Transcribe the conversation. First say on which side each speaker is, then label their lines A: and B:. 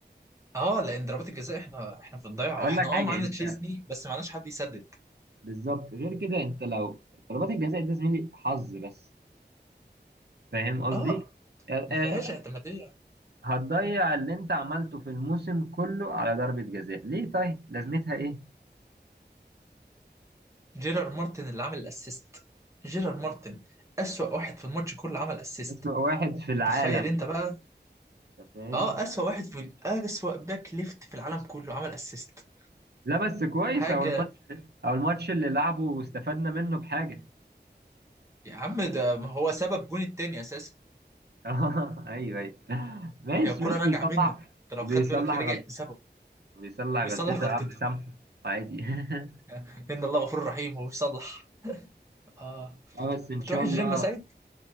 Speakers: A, on the right; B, on the right.
A: اه لان ضربات الجزاء احنا احنا في الضيعة
B: اقول
A: واحنا
B: لك
A: اه
B: حاجه
A: معانا
B: انت
A: تشيزني بس معناش حد يسدد
B: بالظبط غير كده انت لو ضربات الجزاء دي زميلي حظ بس فاهم قصدي
A: اه
B: آه،
A: ما
B: آه،
A: فيهاش اعتمادية
B: هتضيع اللي انت عملته في الموسم كله على ضربة جزاء ليه طيب لازمتها ايه
A: جيرار مارتن اللي عامل الاسيست جيرار مارتن اسوأ واحد في الماتش كله عمل اسيست
B: اسوأ واحد في العالم
A: تخيل انت بقى
B: انت فاهم
A: اه اسوأ واحد في اسوأ باك ليفت في العالم كله عمل اسيست
B: لا بس كويس
A: حاجة
B: او الماتش او الماتش اللي لعبه واستفدنا منه بحاجة
A: يا عم ده ما هو سبب جون التاني اساسا
B: <laughs> ايوه ايوه ماشي
A: هي الكرة
B: ماشي
A: راجعة
B: بيصلح
A: منه انت لو
B: بيصلح
A: خدت بالك هي رجعت
B: غلطة
A: بسببه
B: بيصلع
A: بيصلح
B: غلطته
A: غلطته
B: يا عم سامحه عادي <laughs>
A: <laughs> ان الله غفور رحيم وبيصلح اه
B: اه بس ان
A: بتروح
B: شاء
A: الجيم
B: الله
A: يا سيد